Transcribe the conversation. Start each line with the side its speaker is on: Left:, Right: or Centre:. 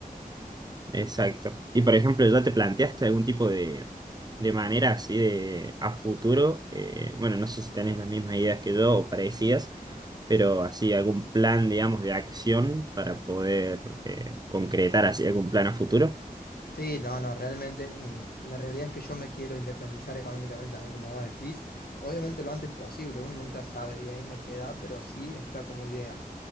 Right: Exacto. Y por ejemplo, ¿ya te planteaste algún tipo de, de manera así de a futuro? Eh, bueno, no sé si tenés las mismas ideas que yo o parecidas, pero así algún plan, digamos, de acción para poder eh, concretar así algún plan a futuro.
Left: Sí, no, no, realmente mm, la realidad es que yo me quiero independizar económicamente también, como vos decís. Obviamente lo antes posible, uno nunca sabe bien en qué edad, pero sí está como idea.